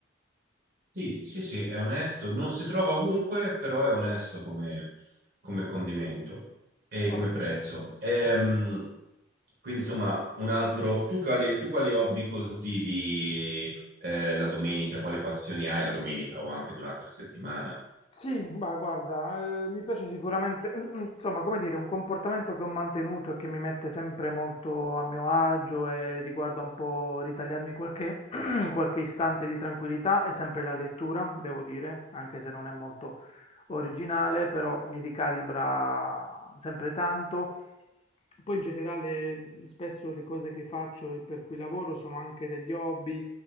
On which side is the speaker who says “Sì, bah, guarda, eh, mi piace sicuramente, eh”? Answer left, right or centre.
Left